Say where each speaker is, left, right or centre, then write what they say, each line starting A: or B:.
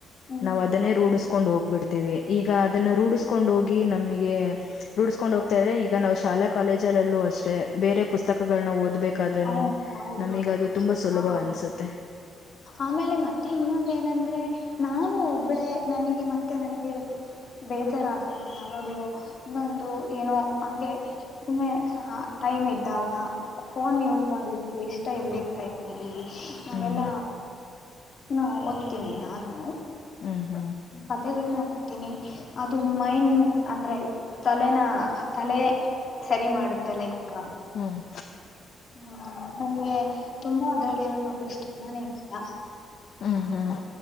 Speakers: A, on the left; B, on the left.
A: ಹ್ಮ್
B: ನಾವ್ ಅದನ್ನೇ ರೂಢಿಸ್ಕೊಂಡ್ ಹೋಗ್ಬಿಡ್ತೇವಿ ಈಗ ಅದನ್ನ ರೂಢಿಸ್ಕೊಂಡ್ ಹೋಗಿ ನಮಗೆ ರೂಡ್ಸ್ಕೊಂಡ್ ಹೋಗ್ತಾ ಇದ್ರೆ ಈಗ ನಾವು ಶಾಲಾ ಕಾಲೇಜಲ್ಲಲ್ಲೂ ಅಷ್ಟೇ ಬೇರೆ ಪುಸ್ತಕಗಳನ್ನ ಓದ್ಬೇಕು ಯಾದ್ರೂನು
A: ಹ ಹೌದೌದು
B: ನಮೀಗ ಅದು ತುಂಬಾ ಸುಲಭ
A: ಹಾ
B: ಅನ್ಸುತ್ತೆ
A: ಆಮೇಲೆ ಮತ್ತೆ ಇನ್ನೊಂದ ಏನಂದ್ರೆ ನಾನು ಒಬ್ಬಳೆ ನನಗೆ ಮತ್ತೆ ನನಗೆ ಬೇಜಾರ ಅದವ ಯಾವಾಗ್ಲೂ ಇನ್ನೊಂದು ಏನೋ ಹಂಗೆ ಸುಮ್ಮೆ ಟೈಮ್ ಇದ್ದಾವ ಫೋನ್ ಯೂಸ್ ಮಾಡ್ಲಿಕ್ಕೆ ಇಷ್ಟ ಇಲ್ದ ಟೈಮ್ಲ್ಲಿ ನಾವೆಲ್ಲಾ
B: ಹ್ಮ್
A: ನಾ ಓದ್ತೀನಿ ನಾನು
B: ಹ್ಮ್ ಹ್ಮ್
A: ಕತೆೆಗಳನ್ನ ಓದ್ತೀನಿ ಅದು ಮೈಂಡ್ ಅಂದ್ರೆ ತಲೆನ ತಲೆ ಸರಿ ಮಾಡುತ್ತಲ್ಲ ಇಕ್ಕಾ
B: ಹ್ಮ್
A: ಹ್ಮ ನನಗೆ ತುಂಬಾ ಅದ್ರಲ್ಲಿರೋ ಟಾಪಿಕ್ಸ್ ತುಂಬಾನೇ ಇಷ್ಟಾ
B: ಹ್ಮ್ ಹ್ಮ್